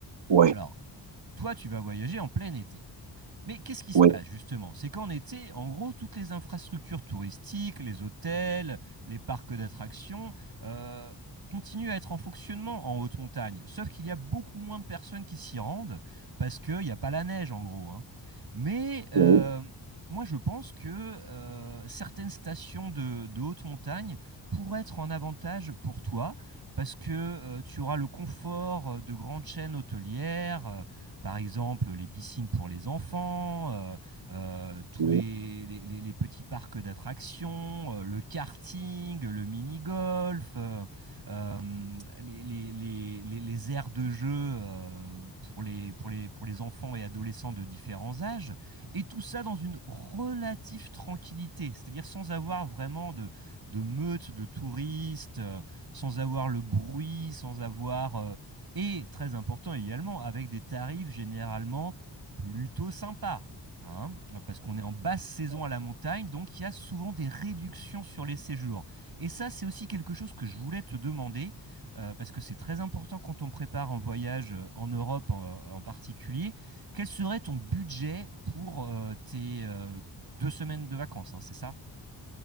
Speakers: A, on the right; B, on the right.
A: Oui,
B: alors, toi, tu vas voyager en plein été. Mais qu'est-ce qui se
A: oui,
B: passe justement C'est qu'en été, en gros, toutes les infrastructures touristiques, les hôtels, les parcs d'attractions, euh, continuent à être en fonctionnement en haute montagne. Sauf qu'il y a beaucoup moins de personnes qui s'y rendent parce qu'il n'y a pas la neige en gros. hein. Mais euh,
A: oui.
B: moi, je pense que euh, certaines stations de, de haute montagne pourraient être en avantage pour toi parce que euh, tu auras le confort euh, de grandes chaînes hôtelières. euh, par exemple les piscines pour les enfants, euh, euh, tous
A: oui.
B: les, les- les- les petits parcs d'attractions, euh, le karting, le mini-golf, euh, euh, les, les- les- les- les aires de jeu euh, pour les, pour les, pour les enfants et adolescents de différents âges, et tout ça dans une relative tranquillité, c'est-à-dire sans avoir vraiment de, de meute de touristes, euh, sans avoir le bruit, sans avoir euh, et très important également, avec des tarifs généralement plutôt sympas. hein, parce qu'on est en basse saison à la montagne, donc il y a souvent des réductions sur les séjours. Et ça, c'est aussi quelque chose que je voulais te demander, euh, parce que c'est très important quand on prépare un voyage euh, en Europe en, en particulier. Quel serait ton budget pour euh, tes euh, deux semaines de vacances, hein, c'est ça?